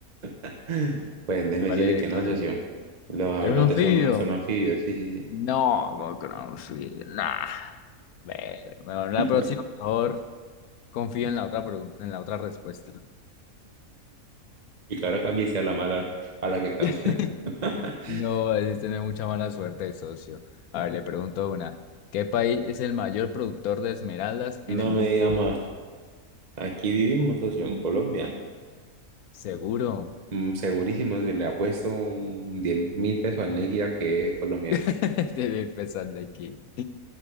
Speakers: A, on the right; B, on the left.
A: <laughs> Pues déjeme
B: ¿Cuál
A: decirle
B: es?
A: que no,
B: ¿Cuál
A: socio.
B: es?
A: Los ajolotes
B: ¿Era un anfibio?
A: son, son anfibios, sí, sí,
B: No, no con un anfibio. Nah. Ver, mejor la
A: sí. <laughs>
B: próxima, mejor confío en la otra pregunta, en la otra respuesta.
A: Y que ahora cambie y sea la mala a la que cambia.
B: <laughs>
A: <laughs>
B: No, es tener mucha mala suerte, socio. A ver, le pregunto una. ¿Qué país es el mayor productor de esmeraldas
A: No
B: en el
A: me
B: mundo?
A: diga más. Aquí vivimos, socio, en Colombia.
B: Seguro.
A: Mm, Segurísimo, si le ha puesto un diez mil pesos al Neguía que es colombiano.
B: <laughs> Estoy pensando aquí.